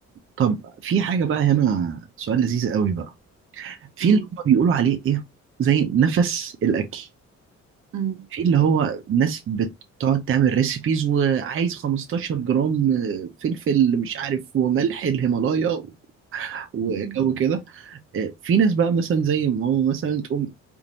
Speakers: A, on the right (about 45°); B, on the right (about 70°).
A: طب في حاجه بقى هنا سؤال لذيذ قوي بقى في
B: مم.
A: اللي هم بيقولوا عليه ايه زي نفس الاكل
B: مم.
A: في اللي هو ناس بتقعد تعمل ريسيبيز وعايز 15 جرام فلفل مش عارف وملح الهيمالايا وجو
B: مم.
A: كده آه، في ناس بقى مثلا زي ماما مثلا تقوم